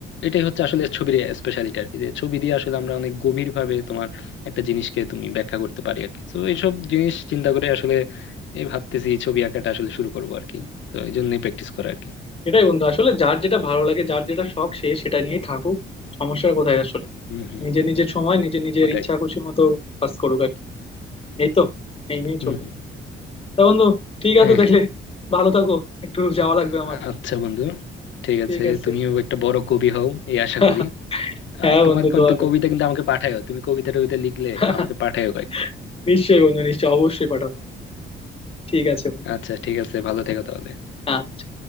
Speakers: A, on the left; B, on the left.
A: এটাই হচ্ছে আসলে ছবির স্পেশালিটি আর কি যে ছবি দিয়ে আসলে আমরা অনেক গভীর ভাবে তোমার একটা জিনিসকে তুমি ব্যাখ্যা করতে পারি আর কি তো এইসব জিনিস চিন্তা করে আসলে এই ভাবতেছি ছবি আঁকাটা আসলে শুরু করবো আর কি তো এই জন্যই প্র্যাকটিস করা আর কি
B: এটাই বন্ধু আসলে যার যেটা ভালো লাগে যার যেটা শখ সে সেটা নিয়েই থাকুক সমস্যার কোথায় আসলে
A: হম হম
B: নিজের নিজের সময় নিজের নিজের
A: ওটাই
B: ইচ্ছা খুশি মতো কাজ করুক আর কি এই তো এই নিয়েই
A: হম
B: চলবে
A: হম
B: তা বন্ধু ঠিক
A: হ্যাঁ
B: আছে দেখলে
A: হ্যাঁ
B: ভালো থাকো একটু যাওয়া লাগবে
A: আ-
B: আমার
A: আচ্ছা বন্ধু ঠিক
B: ঠিক
A: আছে
B: আছে
A: তুমিও একটা বড় কবি হও এই আশা
B: <laughs>
A: করি
B: হ্যাঁ
A: আর তোমার
B: বন্ধু
A: কিন্তু
B: দোয়া করি
A: কবিতা কিন্তু আমাকে পাঠায়ো তুমি কবিতা টবিতা লিখলে
B: <laughs>
A: আমাকে পাঠায়ো কয়েকটা
B: নিশ্চয়ই বন্ধু নিশ্চয়ই অবশ্যই পাঠাবো ঠিক আছে বন্ধু
A: আচ্ছা ঠিক আছে ভালো থেকো তাহলে
B: আচ্ছা।